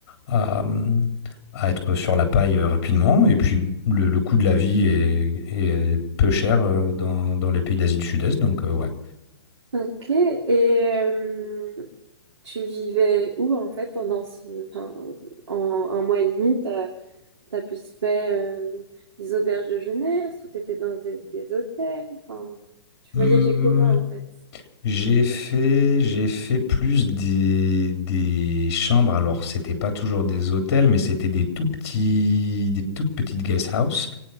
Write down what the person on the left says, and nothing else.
à, hum, à être sur la paille euh, rapidement. Et puis le, le coût de la vie est, est peu cher euh, dans, dans les pays d'Asie du Sud-Est, donc euh, ouais.
Hum,
j'ai fait j'ai fait plus des, des chambres. Alors c'était pas toujours des hôtels, mais c'était des tout petits des toutes petites guest houses